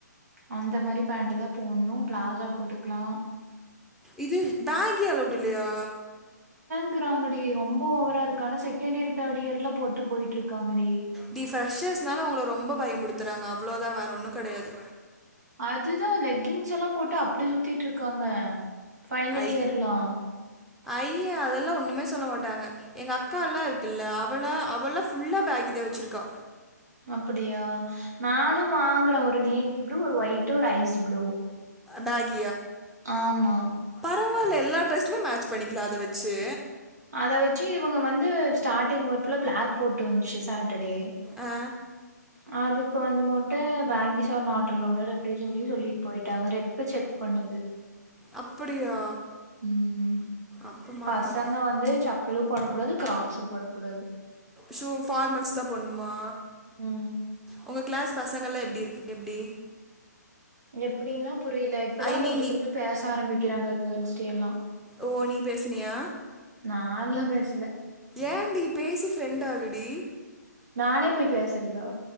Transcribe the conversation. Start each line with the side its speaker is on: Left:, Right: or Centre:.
Right: அந்த மாரி பேன்ட் தான் போட்டணும் பிளாசா போட்டுக்கலாம்
Centre: இது பேகி அளவுடு இல்லயா
Right: இருக்குறாங்டி ரொம்ப ஓவரா இருக்கு ஆனா செகண்ட் இயர் தேர்ட் இயர்லாம் போட்டு போயிட் இருக்காங்கடி
Centre: நீ ஃபிர்ஷர்ஷ்னால உங்கள ரொம்ப பயம்படுத்துறாங்க அவ்ளோதா வேற ஒன்னும் கிடையாது
Right: அதுதான் லெக்கின்ஸ்லாம் போட்டு அப்டி சுத்திட்டு இருக்காங்க ஃபைனல்
Centre: ஐ
Right: இயர்லா
Centre: ஐய அதெல்லா ஒண்ணுமே சொல்ல மாட்டாங்க எங்க அக்கால்லா இருக்குல்ல அவள அவல்லா ஃபுல்லா பேக் இத வெச்சிருக்கா
Right: அப்படியா நானு வாங்கற ஒரு நே ப்ளூ ஒரு ஒயிட்டு ஒரு ஐஸ் ப்ளூ
Centre: பேக்
Right: ஆமா
Centre: பரவால்ல எல்லா ட்ரெஸ்மே மேட்ச் பண்ணிக்கலா அத வெச்சு
Right: அத வெச்சு இவங்க வந்து ஸ்டார்டிங் ஒர்க்ல பிளாக் போட்டு வந்துச்சு சா அடடே
Centre: ஆ
Right: அதுக்கு வந்து மோட்டு பேகீஸ் ஆர் நாட் ஆலோடட் அப்டி சொல்லி சொல்லிட்டு போயிட்டாங்க ரெப்பு செக் பண்ணுது
Centre: அப்படியா
Right: உம்
Centre: அப்போ மாட்டினேன்
Right: பசங்க வந்து சப் பளும் போடகூடாது கிராக்ஸு போடக்கூடாது
Centre: ஷூ பார்மல்ஸ் தா போட்னுமா
Right: ம்
Centre: உங்க கிளாஸ் பசங்கள்லா எப்படி இருக்கு எப்படி
Right: எப்டின்னா புரியல இப்பதா
Centre: ஐ மீன்
Right: கொஞ்சொ
Centre: நீ
Right: கொஞ்சொ பேச ஆரம்பிக் கிறாங்க கேர்ள்ஸ்ட எல்லா
Centre: ஓ நீ பேசினியா
Right: நான்லா பேசல
Centre: ஏன்டி பேசி ஃப்ரெண்டாகுடி
Right: நானே போய் பேசுறதா